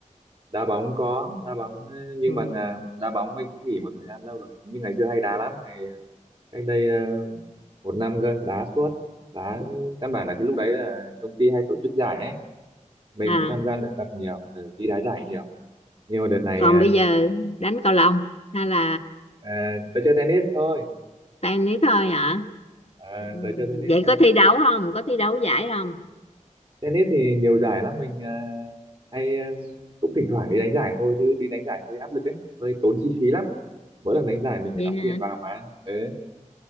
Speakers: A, on the right (about 40°); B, on the left (about 50°).
A: đá bóng có đá bóng ấy, nhưng
B: ừ.
A: mà à, đá bóng mình cũng nghỉ một thời gian lâu rồi nhưng ngày xưa hay đá lắm ngày ờ, cách đây ờ, một năm cơ đá suốt đá căn bản là cái lúc đấy là công ty hay tổ chức giải ấy mình
B: à
A: cũng tham gia luyện tập nhiều ừ, đi đá giải nhiều nhưng mà đợt này
B: còn
A: à,
B: bây giờ đánh cầu lông hay là
A: à, tớ chơi tennis thôi
B: tennis thôi hả
A: à,
B: Ừ,
A: tớ chơi tennis
B: vậy
A: thôi
B: có thi đấu không có thi đấu giải không
A: tennis thì nhiều giải lắm mình à, hay ờ, cũng thỉnh thoảng đi đánh giải thôi chứ đi đánh giải hơi áp lực ấy hơi tốn chi phí lắm mỗi lần đánh giải mình
B: vậy
A: phải đóng
B: hả
A: tiền vào mà ừ.